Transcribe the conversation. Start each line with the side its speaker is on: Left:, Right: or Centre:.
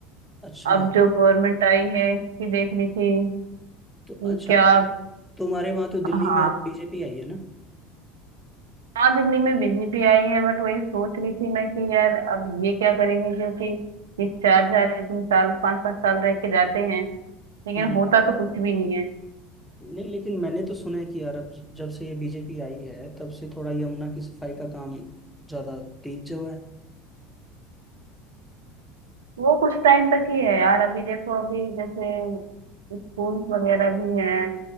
Centre: अच्छा
Right: अब जो गवर्नमेंट आई है इसकी देख रही थी
Centre: तो
Right: कि
Centre: अच्छा
Right: क्या
Centre: तुम्हारे वहां तो दिल्ली
Right: हाँ
Centre: में अब बीजेपी आई है ना
Right: हाँ दिल्ली में बीजेपी आई है बट वही सोच रही थी मैं कि यार अब ये क्या करेंगे क्योंकि ये चार चार इतने साल पांच पांच साल रह के जाते हैं लेकिन
Centre: हम्म
Right: होता तो कुछ भी नहीं है
Centre: नहीं लेकिन मैंने तो सुना है कि यार अब ज- जब से ये बीजेपी आई है तब से थोड़ा यमुना की सफाई का काम ज्यादा तेज हुआ है
Right: वो कुछ टाइम तक ही है यार अभी देखो अभी जैसे स्कूल्स वगैरह भी हैं